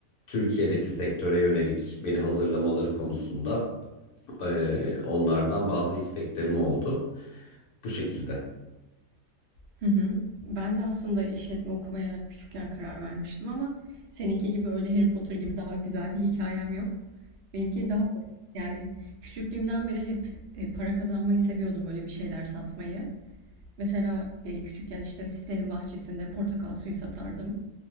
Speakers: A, on the left; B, on the right.
A: Türkiye'deki sektöre yönelik beni hazırlamaları konusunda e, onlardan bazı isteklerim oldu. Bu şekilde.
B: Hı hı. Ben de aslında işletme okumaya küçükken karar vermiştim ama seninki gibi öyle Harry Potter gibi daha güzel bir hikayem yok. Benimki daha yani küçüklüğümden beri hep e, para kazanmayı seviyordum böyle bir şeyler satmayı. Mesela e, küçükken işte sitenin bahçesinde portakal suyu satardım.